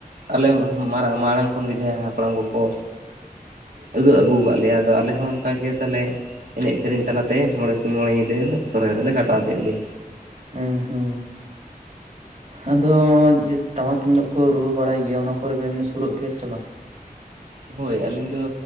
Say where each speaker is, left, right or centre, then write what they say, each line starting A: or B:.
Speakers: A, on the right (about 75°); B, on the right (about 50°).
A: ᱟᱞᱮ ᱢᱟᱨᱟᱝ ᱢᱟᱲᱟᱝ ᱠᱷᱚᱱᱜᱮ ᱡᱟᱦᱟᱸᱭ ᱦᱟᱯᱲᱟᱢ ᱠᱚᱠᱚ ᱩᱫᱩᱜ ᱟᱹᱜᱩᱣ ᱠᱟᱜ ᱞᱮᱭᱟ ᱟᱫᱚ ᱟᱞᱮ ᱦᱚᱸ ᱚᱱᱠᱟᱜᱮ ᱛᱟᱦᱚᱞᱮ ᱮᱱᱮᱡ ᱥᱮᱨᱮᱧ ᱛᱟᱞᱟᱛᱮ ᱢᱚᱬᱮ ᱥᱤᱧ ᱢᱚᱬᱮ ᱧᱤᱫᱟᱹᱞᱮ ᱥᱚᱨᱦᱟᱭ ᱫᱚᱞᱮ ᱠᱟᱴᱟᱣ ᱠᱮᱫ ᱜᱮ।
B: ᱩᱸ ᱦᱩᱸ। ᱟᱫᱚ ᱡᱮ ᱴᱟᱢᱟᱠ ᱛᱩᱢᱫᱟᱜ ᱠᱚ ᱨᱩ ᱵᱟᱲᱟᱭ ᱜᱮᱭᱟ ᱚᱱᱟ ᱠᱚᱨᱮ ᱵᱮᱱ ᱥᱩᱨᱩᱜ ᱜᱮᱭᱟ ᱥᱮ ᱵᱟᱝ?
A: ᱦᱳᱭ ᱟᱹᱞᱤᱧ ᱫᱚ